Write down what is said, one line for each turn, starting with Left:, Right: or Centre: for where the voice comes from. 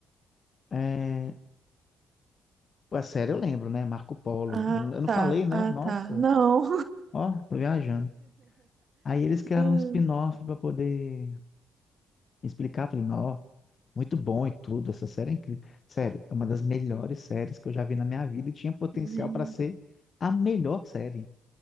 Left: É, a série eu lembro, né? Marco Polo.
Right: Ah,
Left: Eu não
Right: tá.
Left: falei, né?
Right: Ah,
Left: Nossa,
Right: tá. Não.
Left: ó, tô viajando. Aí eles criaram
Right: Ai,
Left: um spin-off pra poder explicar pra ele, ó, muito bom e tudo, essa série é incrível. Sério, é uma das melhores séries que eu já vi na minha vida e tinha potencial
Right: Gente,
Left: pra ser a melhor série.